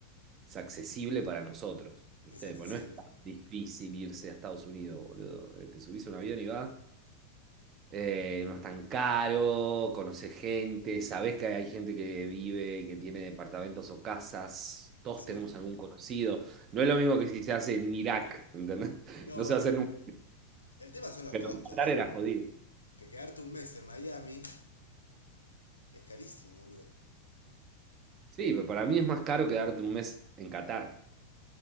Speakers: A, on the right; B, on the left.
A: es accesible para nosotros, ¿viste?
B: es accesible.
A: Pues no es tan difícil irse a Estados Unidos, boludo. Eh, Te subís a un avión y vas. Eh, no es tan caro, conoces gente, sabés que hay gente que vive y que tiene departamentos o casas. Todos
B: Sí.
A: tenemos algún conocido. No es lo mismo que si se hace en Irak, ¿entendés? <laughs>
B: No,
A: No
B: obvio.
A: se hace nunca.
B: El tema son los
A: Pero
B: costos.
A: en Qatar era jodido.
B: Que quedarte un mes en Miami es carísimo, boludo.
A: Sí, pero para mí es más caro quedarte un mes en Qatar.